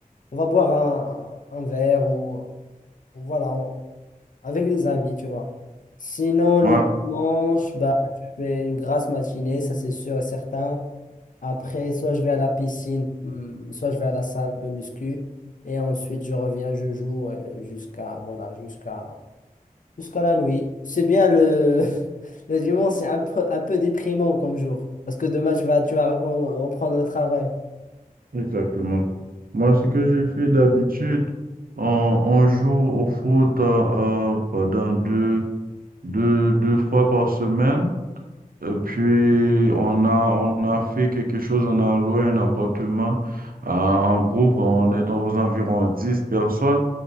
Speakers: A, on the left; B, on the right.
A: on va boire un, un verre ou voilà. on- avec les amis, tu vois. Sinon, le
B: Ouais.
A: dimanche, bah, je fais une grasse matinée, ça c'est sûr et certain. Après, soit je vais à la piscine, hum, soit je vais à la salle de muscu. Et ensuite, je reviens, je joue euh, jusqu'à voilà, jusqu'à jusqu'à la nuit. C'est bien le, <laughs> le dimanche, c'est un peu, un peu déprimant comme jour. Parce que demain, tu vas, tu vas recom- reprendre le travail.
B: Exactement. Moi, ce que je fais d'habitude, on, on joue au foot euh, euh, pendant deux, deux, deux fois par semaine. Et puis, on a, on a fait quelque chose, on a loué un appartement euh, en groupe, on est aux environs 10 personnes.